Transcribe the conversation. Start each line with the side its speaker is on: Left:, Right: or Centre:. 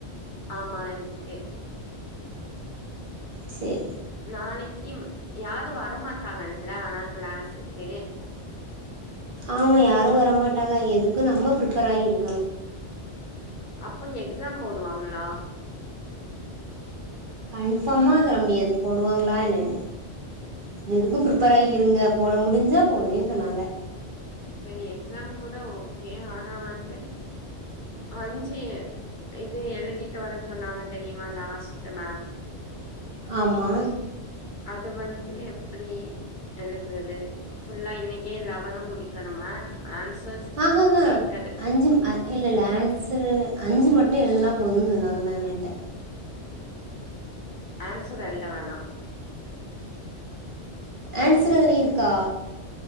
Left: ஆமா இருக்கு
Right: செரி
Left: நாளைக்கு யாரும் வரமாட்டாங்கல்ல ஆனா கிளாஸுக்கே
Right: ஆமா யாரும் வரமாட்டாங்க எதுக்கும் நம்ம ப்ரிபேர் ஆகி இருக்கணும்
Left: அப்ப எக்ஸாம் போதுவாங்களா
Right: கன்ஃபார்மா சொல்ல முடியாது போடுவாங்களா என்னன்னு எதுக்கும் ப்ரிப்பேர் ஆகி இருங்க போட முடிஞ்சா போடுதேன்னு சொன்னாங்க
Left: சரி எக்ஸாம் கூட ஓகே ஆனா வந்து அஞ்சு இது எழுதிட்டு வர சொன்னாங்க தெரியுமா லாஸ்ட்ட் மேம்
Right: ஆமா
Left: அது வந்து எப்டி எழுதுது ஃபுல்லா இன்னைக்கே லெவனும் முடிக்கணுமா ஆன்சர்ஸ்
Right: ஆ ஹ ஹ
Left: சேத்து எழுது
Right: அஞ்சு இல்ல இல்ல ஆன்சரு அஞ்சு மட்டும் எழுதுனா போதும்ன்னு சொன்னாங்க மேம் என்கிட்ட
Left: ஆன்சர் எழுத வேணாம்
Right: ஆன்சர் அதுல இருக்கா